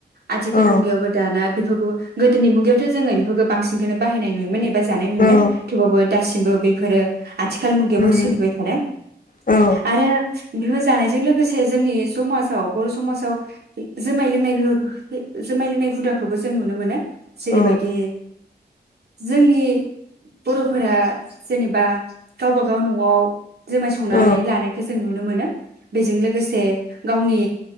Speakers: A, on the right (about 65°); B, on the left (about 50°).
A: आथिखाल
B: औ
A: मुगायावबो दाना बेफोरखौ गोदोनि मुगायावथ' जोङो बेफोरखौ बांसिनखौो बाहायनाय नुयोमोन एबा जानाय नुयोमोन
B: औ
A: थेवाबबो दासिमबो बेफोरो आथिखाल मुगायावबो
B: उम
A: सोलिबाय थादों ।
B: औ
A: आरो बिहो जानायजों लोगोसे जोंनि समाजाव बर' समाजाव जुमाय लोंनाय जुमाय लोंनाय हुदाखौबो जों नुनो मोनो । जेरैबायदि
B: औ
A: जोंनि बर'फोरा जेनेबा गावबा गाव न'आव जोमाय स संनानै
B: औ
A: लानायखौ जों नुनो मोनो बेजों लोगोसे गावनि